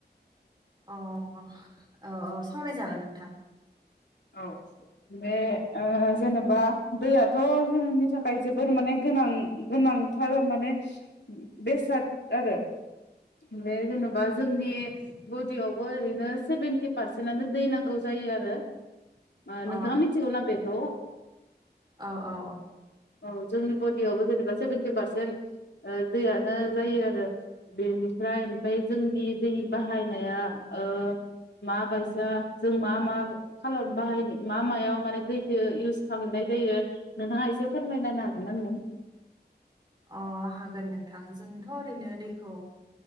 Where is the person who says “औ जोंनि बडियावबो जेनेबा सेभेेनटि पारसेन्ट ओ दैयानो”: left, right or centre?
Left